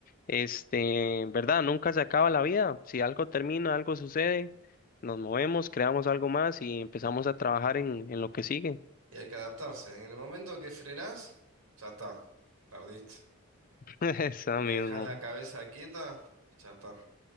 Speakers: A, on the left; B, on the right.
A: este, ¿verdad? Nunca se acaba la vida, si algo termina, algo sucede nos movemos, creamos algo más y empezamos a trabajar en, en lo que sigue.
B: Y hay que adaptarse. En el momento que frenás, ya está, perdiste.
A: <laughs> Eso
B: Que
A: mismo,
B: dejás la cabeza quieta, ya está.